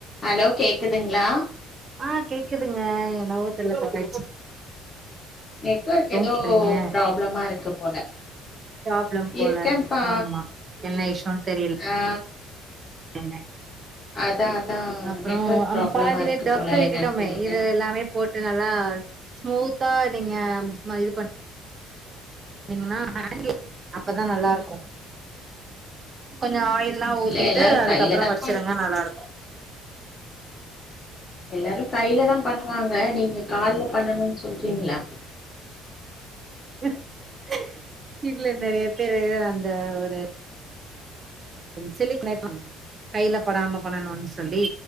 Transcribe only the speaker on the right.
ஆ கேக்குதுங்க என்னவோ தெர்ல இப்ப போயிர்ச்சு
பண்றீங்க
ப்ராப்ளம் போல
ஆமா என்ன விஷயம்ன்னு தெரில்
ஏங்க
அப்றம்
அம் பாதிலே
டஃப்
விட்டுட்டோமே
இது எல்லாமே போட்டு நல்லா ஸ்மூத்தா நீங்க ம இது பண்ணோ பாத்தீங்கனா <inaudible> அப்பதா நல்லா இருக்கோ கொஞ்சோ ஆயில்லா ஊத்திட்டு
அதுக்கப்பறம்
வச்சிருங்க
நல்லா இருக்கும்
இல்ல இல்ல நெறய பேரூ அந்த ஒரு சிலிக் <inaudible> கையில படாம பண்ணணும்னு சொல்லி